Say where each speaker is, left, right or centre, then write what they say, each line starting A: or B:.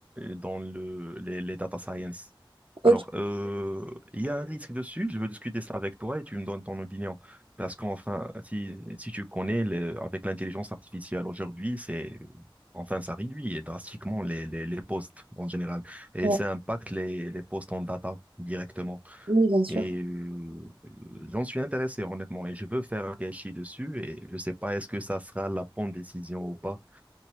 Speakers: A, on the right (about 15°); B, on the right (about 85°).
A: dans le, les, les data science.
B: ok.
A: Alors, euh, il y a un risque dessus, je veux discuter ça avec toi et tu me donnes ton opinion. Parce qu'enfin, si, si tu connais, le- avec l'intelligence artificielle aujourd'hui, c'est Enfin, ça réduit drastiquement les, les, les postes en général. Et
B: Ouais.
A: ça impacte les, les postes en data directement.
B: Oui, bien sûr.
A: Et euh, j'en suis intéressé, honnêtement. Et je veux faire un PhD dessus. Et je sais pas, est-ce que ça sera la bonne décision ou pas.